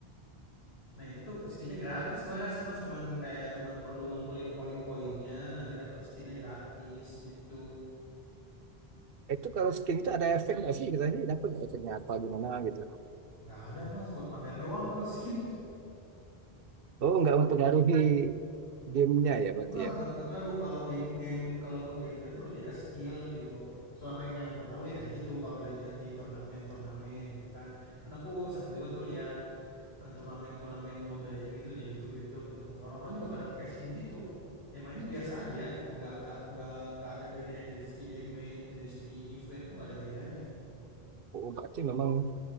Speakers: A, on the left; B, on the right.
A: nah itu tuh skinnya gratis mas mas cuman kayak cuman perlu ngumpulin poin-poinnya nanti dapat skinnya gratis gitu
B: itu kalau skin itu ada efek nggak sih? Kita sih dapat nggak efeknya apa gimana gitu?
A: nggak ada mas buat pamer doang kalau skin
B: Oh, nggak mempengaruhi gamenya ya berarti
A: Enggak
B: ya.
A: enggak enggak ngaruh kalau game game kalau ke gameplay itu lebih ke skill gitu. Selama ini yang aku tahu ya kayak gitu kalau lihat-lihat di turnamen-turnamen gitu kan. Dan aku seneng juga tuh lihat eh, turnamen-turnamen Mobile Legends gitu di YouTube YouTube gitu. Orang-orang juga pada pakai skin gitu. yang mainnya biasa aja gitu. Enggak enggak enggak enggak ada bedanya dari segi damage, dari segi defense tuh enggak ada bedanya.
B: Oh, berarti memang